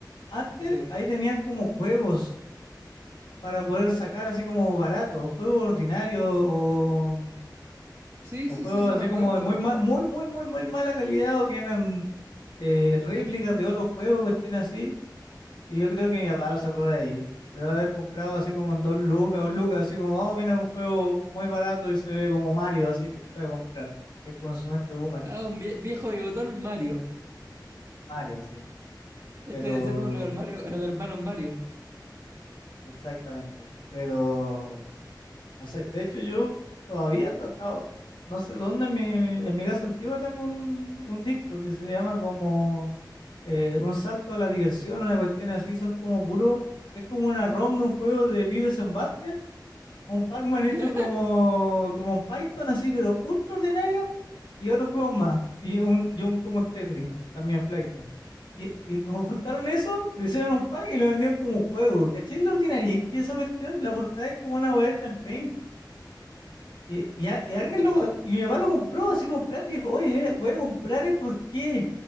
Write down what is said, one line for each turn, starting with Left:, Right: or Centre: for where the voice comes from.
Left: Antes
Right: sí.
Left: ahí tenían como juegos para poder sacar así como barato, juegos ordinarios o,
Right: Sí,
Left: o
Right: sí,
Left: juegos
Right: sí, sí, me
Left: así
Right: acuerdo.
Left: como de muy ma- muy, muy, muy, muy mala calidad o que eran eh, réplicas de otros juegos, cuestiones así, y yo creo que mi papá lo sacó de ahí. Debe haber comprado así como en dos lucas o lucas, así como, vamos, mira, un juego muy barato y se ve como Mario, así que lo voy a comprar. Es como su mente boomer,
Right: Ah, un vie- viejo bigotón Mario.
Left: Mario, sí.
Right: Este
Left: Pero,
Right: debe ser uno de los hermario- de los hermanos Mario. <laughs>
Left: exactamente. Pero, no sé, de hecho yo todavía he tratado, no sé dónde en mi, en mi casa antigua tengo un, un disco que se llama como eh, un salto a la diversión, una cuestión así, son como puro, es como una ROM de un juego de Vives en Butthead, un Pac-Man
Right: Ya,
Left: hecho como, como un Python así, pero ultra ordinario, y otros juegos más, y un, y un como un Tetris, también flight. Y, y como juntaron eso, le hicieron un pack y lo vendieron como un juego, ¿cachai? De ordinario, y es que esa cuestión, la portada es como una weá hecha en Paint. Y, y a- y alguien
Right: nah,
Left: lo, y mi papá lo compró así con plata y dijo, oye, mira, voy a comprar esto, ¿por qué?